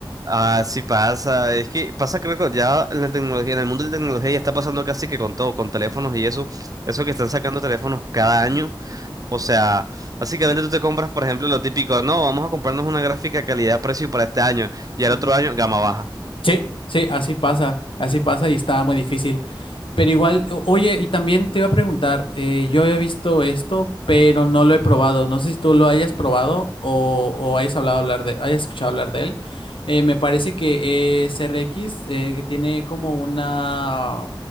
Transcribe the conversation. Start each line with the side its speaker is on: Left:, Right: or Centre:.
Right: Ah, sí pasa. Es que pasa, creo que ya en la tecnología, en el mundo de la tecnología ya está pasando casi que con todo, con teléfonos y eso. Eso que están sacando teléfonos cada año. O sea, básicamente tú te compras, por ejemplo, lo típico, no, vamos a comprarnos una gráfica calidad-precio para este año y al
Left: Ujú.
Right: otro año gama baja.
Left: Sí, sí, así pasa, así pasa y está muy difícil. Pero igual, o- oye, y también te iba a preguntar, eh, yo había visto esto, pero no lo he probado. No sé si tú lo hayas probado o, o hayas hablado hablar de, hayas escuchado hablar de él. Eh, me parece que eh, CRX eh, que tiene como una,